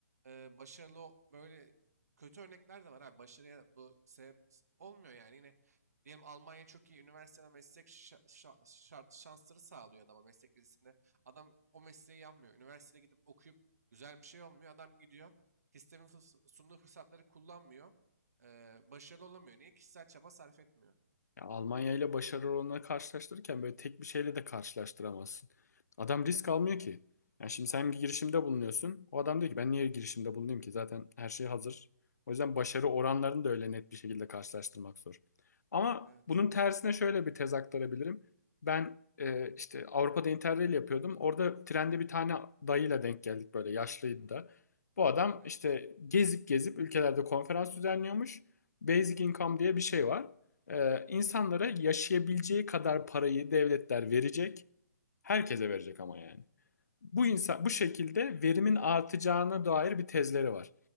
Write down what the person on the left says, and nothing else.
Ya Almanya ile başarı oranını karşılaştırırken böyle tek bir şeyle de karşılaştıramazsın. Adam risk almıyor ki. Yani şimdi sen bir girişimde bulunuyorsun. O adam diyor ki ben niye girişimde bulunayım ki? Zaten her şey hazır. O yüzden başarı oranlarını da öyle net bir şekilde karşılaştırmak zor. Ama
bunun tersine şöyle bir tez aktarabilirim. Ben e, işte Avrupa'da Interrail yapıyordum. Orada trende bir tane dayıyla denk geldik böyle yaşlıydı da. Bu adam
işte gezip gezip ülkelerde konferans düzenliyormuş. Basic income diye bir şey var. Ee, insanlara yaşayabileceği kadar parayı devletler verecek. Herkese verecek ama yani. Bu insan bu şekilde verimin artacağına dair bir tezleri var.